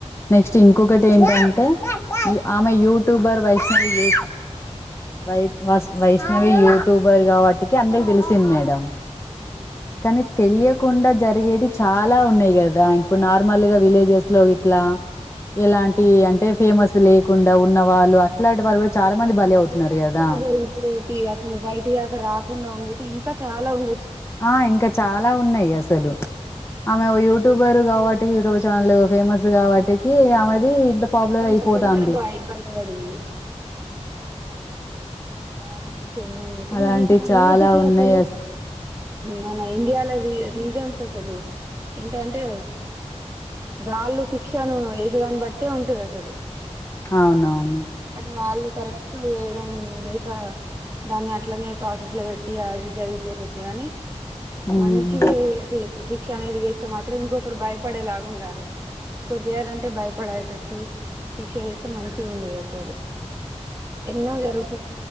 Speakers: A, on the left; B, on the right.
A: నెక్స్ట్ ఇంకొకటి ఏంటంటే ఆమె యూట్యూబర్ వైష్ణవి యూ వై వ వైష్ణవి యూట్యూబర్ కాబట్టికి అందరికి తెలిసింది మేడం
B: అవును
A: కానీ తెలియకుండా జరిగేది చాలా ఉన్నాయి కదా ఇప్పుడు నార్మల్గా విలేజెస్లో ఇట్లా ఎలాంటియి అంటే ఫేమస్ లేకుండా ఉన్న వాళ్ళు అట్లాంటి వారు కూడా చాలా మంది బలి అవుతున్నారు
B: లోపల
A: కదా
B: లోపల ఇప్పుడు అసలు బయట దక రాకుండా ఉండి తీ ఇంకా చాలా ఉండ
A: ఆ ఇంకా చాలా ఉన్నాయి అసలు ఆమె యూ ట్యూబర్ కాబట్టి యూట్యూబ్ ఛానల్ ఫేమస్ కాబట్టి అమెది ఇంత పాపులర్
B: కొంచెం
A: అయిపోతాంది
B: తొందర బయ బయటపడింది <unintelligible> ఏమో అందుకనే
A: అలాంటివి
B: వీటికన్నిటికి
A: చాలా ఉన్నాయి
B: అసలు మన ఇండియాలో రీజన్స్ అసలు ఏంటంటే వాళ్ళు శిక్షను వేసేదాన్ని బట్టే ఉంటది అసలు
A: అవునవును
B: కానీ వాళ్ళు కరెక్ట్ వేయడం లేక దాన్ని అట్లనే ప్రాసెస్ లో పెట్టి అవి జరిగిపోతుంది కాని
A: ఉమ్
B: మంచివి శిక్ష అనేది తే మాత్రం ఇంకొకరు భయపడేలాగా ఉండాలి ఒకోరు చేయాలంటే భయపడేటట్టు శిక్ష వేస్తే మంచిగుండు అసలు ఎన్నో జరుగు